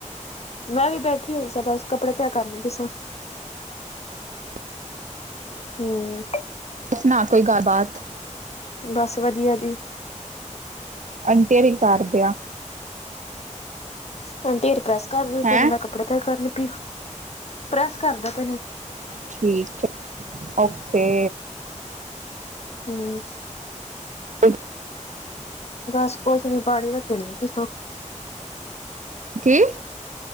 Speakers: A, on the left; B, on the right.
A: ਮੈਂ ਵੀ ਬੈਠੀ ਹੋਈ ਸਾ ਬਸ ਕੱਪੜੇ ਤਹਿ ਕਰਨੀ ਪਈ ਸਾ
B: <inaudible>
A: ਹੂੰ
B: ਸਨਾ ਕੋਈ ਗੱਲਬਾਤ
A: ਬਸ ਵਧੀਆ ਜੀ
B: ਆਂਟੀ ਹੋਰੀ ਕਰਦੇ ਆ
A: ਆਂਟੀ ਹੋਰੀ ਪ੍ਰੈਸ ਕਰਦੇ
B: ਹੈਂ
A: ਪਏ ਨੇ ਮੈਂ ਕੱਪੜੇ ਤੇਜ ਕਰਨੀ ਪਈ ਪ੍ਰੈਸ ਕਰਦੇ ਪੈ ਨੇ
B: ਠੀਕ ਹੈ ਓਕੇ
A: ਹਮ
B: <unintelligible>
A: ਬਸ ਕੁਛ ਨੀ ਪਾਣੀ ਰੱਖੇਣੀ ਕਿਸੋ
B: ਕੀ